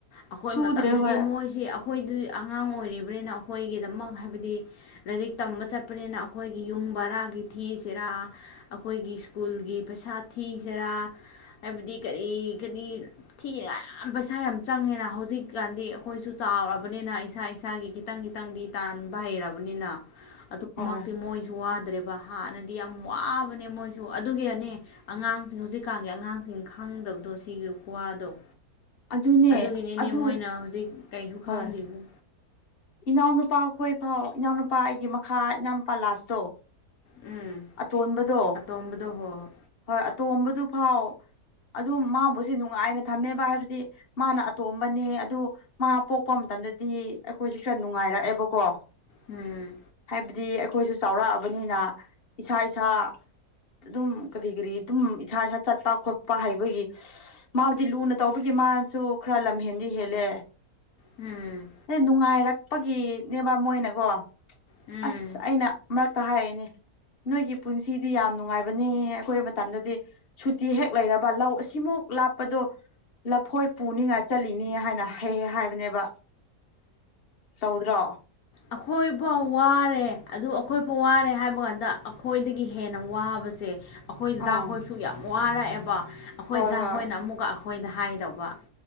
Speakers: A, on the left; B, on the left.
A: ꯑꯩꯈꯣꯏ
B: ꯁꯨꯗ꯭ꯔꯦ
A: ꯃꯇꯝꯗꯗꯤ
B: ꯍꯣꯏ
A: ꯃꯣꯏꯁꯤ ꯑꯩꯈꯣꯏꯗ ꯑꯉꯥꯡ ꯑꯣꯏꯔꯤꯕꯅꯤꯅ ꯑꯩꯈꯣꯏꯒꯤꯗꯃꯛ ꯍꯥꯏꯕꯗꯤ ꯂꯥꯏꯔꯤꯛ ꯇꯝꯕ ꯆꯠꯄꯅꯤꯅ ꯑꯩꯈꯣꯏꯒꯤ ꯌꯨꯝ ꯕꯔꯥꯒꯤ ꯊꯤꯁꯤꯔꯥ ꯑꯩꯈꯣꯏꯒꯤ ꯁ꯭ꯀꯨꯜꯒꯤ ꯄꯩꯁꯥ ꯊꯤꯁꯤꯔꯥ ꯍꯥꯏꯕꯗꯤ ꯀꯔꯤ ꯀꯔꯤ ꯊꯤꯑꯦꯅ ꯌꯥꯝ ꯄꯩꯁꯥ ꯌꯥꯝ ꯆꯪꯉꯦꯅ ꯍꯧꯖꯤꯛꯀꯥꯟꯗꯤ ꯑꯩꯈꯣꯏꯁꯨ ꯆꯥꯎꯔꯕꯅꯤꯅ ꯑꯩ ꯏꯁꯥ ꯏꯁꯥꯒꯤ ꯈꯤꯇꯪ ꯈꯤꯇꯪꯗꯤ ꯇꯥꯟꯕ ꯍꯩꯔꯕꯅꯤꯅ ꯑꯗꯨꯃꯛꯇꯤ
B: ꯍꯣꯏ
A: ꯃꯣꯏꯁꯨ ꯋꯥꯗ꯭ꯔꯦ ꯍꯥꯟꯅꯗꯤ ꯌꯥꯝ ꯋꯥꯕꯅꯦ ꯃꯣꯏꯁꯨ ꯑꯗꯨꯒꯤꯔꯅꯦ ꯑꯉꯥꯡꯁꯤꯡ ꯍꯧꯖꯤꯛꯀꯥꯟꯒꯤ ꯑꯉꯥꯡꯁꯤꯡ ꯈ ꯇꯗꯕꯗꯣ ꯁꯤꯒꯤ ꯀ꯭ꯋꯥꯗꯣ
B: ꯑꯗꯨꯅꯦ
A: ꯑꯗꯨꯒꯤꯅꯤꯅꯦ
B: ꯑꯗꯨ
A: ꯃꯣꯏꯅ ꯍꯧꯖꯤꯛ ꯀꯩꯁꯨ ꯈꯪꯗ꯭ꯔꯤꯕ
B: ꯍꯣꯏ ꯏꯅꯥꯎꯅꯨꯄꯥ ꯑꯩꯈꯣꯏ ꯐꯥꯎ ꯏꯅꯥꯎꯅꯨꯄꯥ ꯑꯩꯒꯤ ꯃꯈꯥ ꯏꯅꯥꯎꯅꯨꯄꯥ ꯂꯥꯁꯇꯣ
A: ꯎꯝ
B: ꯑꯇꯣꯟꯕꯗꯣ
A: ꯑꯇꯣꯝꯕꯗꯣ ꯍꯣꯏ
B: ꯍꯣꯏ ꯑꯇꯣꯝꯕꯗꯨ ꯐꯥꯎ ꯑꯗꯨꯝ ꯃꯥꯕꯨꯁ ꯅꯨꯡꯉꯥꯏꯅ ꯊꯝꯃꯦꯕ ꯍꯥꯏꯕꯗꯤ ꯃꯥꯅ ꯑꯇꯣꯝꯕꯅꯦ ꯑꯗꯨ ꯃꯥ ꯄꯣꯛꯄ ꯑꯃꯇ ꯗꯗꯤ ꯑꯩꯈꯣꯏꯁꯦ ꯈꯔ ꯅꯨꯡꯉꯥꯏꯔꯛꯑꯦꯕꯀꯣ
A: ꯎꯝ
B: ꯍꯥꯏꯕꯗꯤ ꯑꯩꯈꯣꯏꯁꯨ ꯆꯥꯎꯔꯛꯑꯕꯅꯤꯅ ꯏꯁꯥ ꯏꯁꯥ ꯑꯗꯨꯝ ꯀꯔꯤ ꯀꯔꯤ ꯑꯗꯨꯝ ꯏꯁꯥ ꯏꯁꯥ ꯆꯠꯄ ꯈꯣꯠꯄ ꯍꯥꯏꯕꯒꯤ ꯃꯥꯕꯨꯗꯤ ꯂꯨꯅ ꯇꯧꯕꯒꯤ ꯃꯥꯅꯁꯨ ꯈꯔ ꯈꯔ ꯂꯝꯍꯦꯟꯗꯤ ꯍꯦꯜꯂꯦ
A: ꯎꯝ
B: ꯍ ꯅꯨꯡꯉꯥꯏꯔ ꯀꯄꯒꯤꯅꯦꯕ ꯃꯣꯏꯅꯀꯣ
A: ꯎꯝ
B: ꯑꯁ ꯑꯩꯅ ꯃꯔꯛꯇ ꯍꯥꯏꯔꯛꯑꯅꯦ ꯅꯣꯏꯒꯤ ꯄꯨꯟꯁꯤꯗꯤ ꯌꯥꯝ ꯅꯨꯡꯉꯥꯏꯕꯅꯦ ꯑꯩꯀꯣꯏꯕ ꯃꯇꯝꯗꯗꯤ ꯁꯨꯇꯤ ꯍꯦꯛ ꯂꯩꯔꯕ ꯂꯧ ꯑꯁꯤꯃꯨꯛ ꯂꯥꯞꯄꯗꯣ ꯂꯐꯣꯏ ꯄꯨꯅꯤꯡꯉꯥꯏ ꯆꯠꯂꯤꯅꯤ ꯍꯥꯏꯅ ꯍ ꯍꯥꯏꯕꯅꯦꯕ ꯇꯎꯗ꯭ꯔꯣ
A: ꯑꯩꯈꯣꯏ ꯐꯥꯎ ꯋꯥꯔꯦ ꯑꯗꯨ ꯑꯩꯈꯣꯏ ꯐꯥꯎ ꯋꯥꯔꯦ ꯍꯥꯏꯕ ꯀꯥꯟꯗ ꯑꯩꯈꯣꯏꯗꯒꯤ ꯍꯦꯟꯅ ꯋꯥꯕꯁꯦ ꯑꯩꯈꯣꯏ ꯍꯗꯥꯛꯈꯣꯏꯁꯨ
B: ꯑꯥ
A: ꯌꯥꯝ ꯋꯥꯔꯛꯑꯦꯕ ꯑꯩꯈꯣꯏꯗꯥꯛ
B: ꯍꯣꯏ ꯍꯣꯏ
A: ꯍꯣꯏꯅ ꯑꯃꯨꯛꯀ ꯑꯩꯈꯣꯏꯗ ꯍꯥꯏꯗꯧꯕ